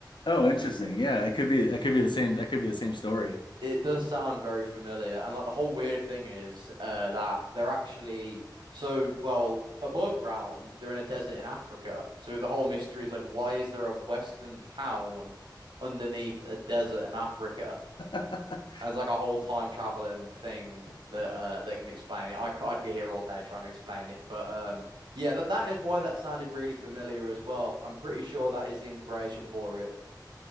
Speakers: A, on the left; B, on the right.
A: Oh, interesting. Yeah, it could be that could be the same that could be the same story.
B: It does sound very familiar. And like the whole weird thing is uh, that they're actually so well above ground, they're in a desert in Africa. So the whole mystery is like, why is there a Western town underneath a desert in Africa?
A: <laughs>
B: And it's like a whole time traveling thing that uh, that can explain it. I, c- I'd be here all day trying to explain it. But um, yeah, that, that is why that sounded really familiar as well. I'm pretty sure that is the inspiration for it.